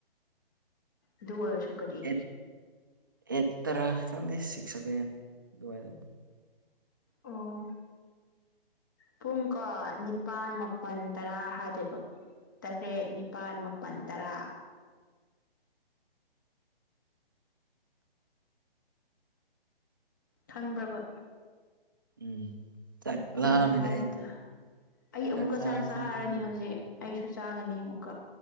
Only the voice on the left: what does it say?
ꯑꯗꯨ ꯑꯣꯏꯔꯁꯨ ꯀꯔꯤ
ꯑꯣ ꯄꯨꯡ ꯀꯣ ꯅꯤꯄꯥꯟ ꯃꯥꯄꯟ ꯇꯔꯥ ꯍꯥꯏꯗꯣꯏꯕ ꯇꯔꯦꯠ ꯅꯤꯄꯥꯜ ꯃꯥꯄꯜ ꯇꯔꯥ ꯈꯪꯕ꯭ꯔꯕ
ꯅꯪꯅ ꯍꯥꯏꯕꯗꯨ
ꯑꯩ ꯑꯃꯨꯛꯀ
ꯆꯥꯛ ꯆꯥꯔꯅꯤ
ꯍꯧꯖꯤꯛ ꯑꯩꯁꯨ ꯆꯥꯒꯅꯤ ꯑꯃꯨꯛꯀ